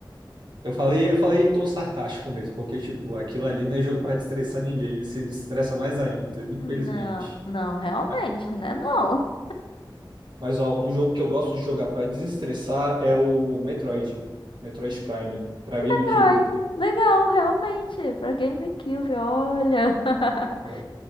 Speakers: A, on the right (about 65°); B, on the left (about 80°).
A: Eu falei, eu falei em tom sarcástico mesmo, porque, tipo, aquilo ali não é jogo pra desestressar ninguém, e se desestressa mais ainda, infelizmente.
B: Não, não, realmente,
A: Ah,
B: né? Não.
A: Mas, ó, um jogo que eu gosto de jogar pra desestressar é o Metroid, Metroid Prime, pra GameCube.
B: Metroid, legal, realmente, pra GameCube, olha. <laughs>
A: Ó,